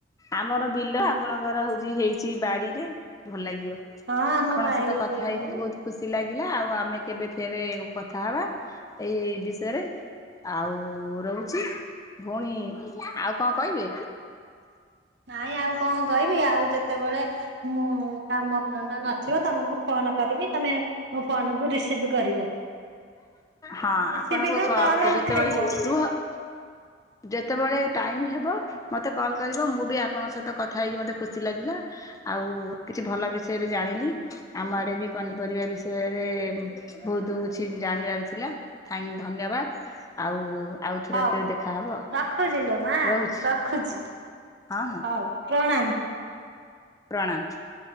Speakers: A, on the left; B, on the right.
A: ଆମର ବିଲ ଆପଣଙ୍କର ହଉଛି ହେଇଛି ବାଡିରେ ଭଲ ଲାଗିବ।
B: ହଁ ଆମ
A: ଆପଣଙ୍କ
B: ବାଇରେ
A: ସହିତ କଥା
B: ହେଇଛି
A: ହେଇକିରି ବହୁତ ଖୁସି ଲାଗିଲା ଆଉ ଆମେ କେବେ ଫେରେ କଥା ହବା ଏଇ ବିଷୟରେ। ଆଉ ରହୁଛି ଭଉଣୀ। ଆଉ କଣ କହିବେ?
B: ନାଇଁ ଆଉ କଣ କହିବି ଆଉ ଯେତେବେଳେ ମୁଁ କାମଧନ୍ଦା ନଥିବ ତମକୁ ଫୋନ କରିମି ତମେ ମୋ ଫୋନ କୁ ରିସିଭ କରିବ।
A: ହଁ
B: ବେଶୀ
A: ଆପଣଙ୍କ
B: ବିିନ କଲ
A: ଯେତେବେଳେ
B: ଉଠେଇବ।
A: ରୁହ ଯେତେବେଳେ ଟାଇମ ହେବ ମତେ କଲ କରିବ ମୁଁ ବି ଆପଣଙ୍କ ସହିତ କଥା ହେଇକି ମତେ ଖୁସି ଲାଗିଲା। ଆଉ କିଛି ଭଲ ବିଷୟରେ ଜାଣିଲି ଆମ ଆଡେ ବି ପନିପରିବା ବିଷୟରେ ବହୁତ କିଛି ଜାଣିବାର ଥିଲା ଥ୍ୟାନ ଧନ୍ୟବାଦ। ଆଉ ଆଉଥରେ
B: ହଉ
A: ଫେର ଦେଖାହବ।
B: ରଖୁଛି ଲୋ ମା
A: ରହୁଛି
B: ରଖୁଛି
A: ହଁ ହଁ
B: ହଉ ପ୍ରଣାମ।
A: ପ୍ରଣାମ।